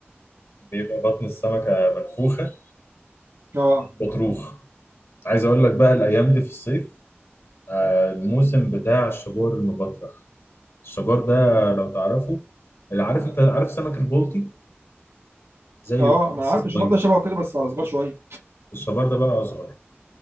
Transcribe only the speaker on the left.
بيبقى بطن السمكة منفوخة
بطروخ عايز اقول لك بقى الايام دي في الصيف آه، الموسم بتاع الشبار المبطرخ الشبار ده لو تعرفه اللي عارف انت عارف سمك البلطي زيه
كده
بس
صغير
الشبار ده بقى اصغر